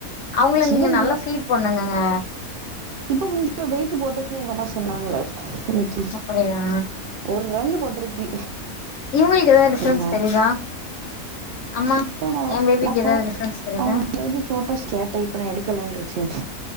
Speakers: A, on the left (about 65°); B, on the right (about 70°).
A: அவங்கள
B: சின்னது
A: நீங்க நல்லா
B: இல்ல
A: ஃபீட் பண்ணுங்கங்க
B: இப்ப கொஞ்சோ வெயிட்டு போட்டிருக்க எங்க அம்மா சொன்னாங்ளே அன்னைக்கி
A: அப்படியா
B: ஒரு ரன்னு போட்டிருக்கு
A: இவங்களுக் எதா
B: அப்டின்னாங்க
A: டிஃப்ரன்ஸ் தெரிதா அம்மா
B: இப்போ நா
A: எனபேபிக்
B: நா ஃபோ
A: எதாவ்து டிஃபரன்ஸ் தெரிதா
B: அவங்க பேபி ஃபோட்டோஸ் கேட்ட இப்ப நா எடுக்கலன்ட்ருச்சு